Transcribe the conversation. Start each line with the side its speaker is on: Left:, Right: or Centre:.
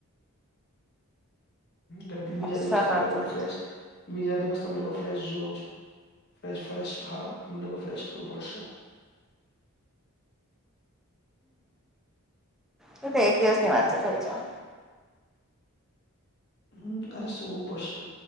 Left: કેમ કે બીજા
Centre: એક્સ્ટ્રા
Left: દિવસ તમે
Centre: કરવાની
Left: લોકોને
Centre: જરૂર
Left: ફેશ બીજા દિવસ તમે લોકો ફ્રેશ જોવો છો ફેશ ફેશ હારું તમે લોકો ફ્રેશ રહેવું પડશે
Centre: શું તો એક દિવસની વાત છે થઇ જા
Left: હમ અરે સો પડશે